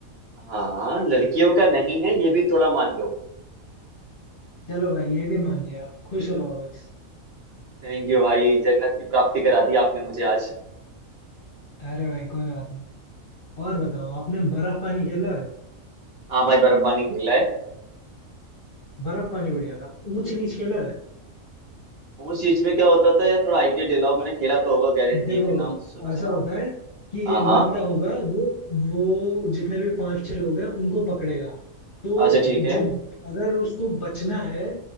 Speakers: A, on the right; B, on the left.
A: हाँ लड़कियों का नहीं है ये भी थोड़ा मान लो
B: चलो भाई ये भी मान लिया आप खुश रहो बस
A: थैंक यू भाई जन्नत की प्राप्ति करा दी आपने मुझे आज
B: अरे भाई कोई बात नहीं और बताओ आपने बर्फ पानी खेला है
A: हाँ भाई बर्फबानी खेला है
B: बर्फ पानी बढ़िया था ऊंच नीच खेला है
A: उस चीज में क्या होता था यार थोड़ा आइडिया दिलाओ मैंने खेला तो होगा गारंटी
B: देखो
A: है कि नाम सुना सुना
B: ऐसा होता है कि
A: हाँ
B: एक
A: हाँ
B: बंदा होगा वो वो जितने भी पांच छह लोग हैं उनको पकड़ेगा तो
A: अच्छा ठीक है
B: जो अगर उसको बचना है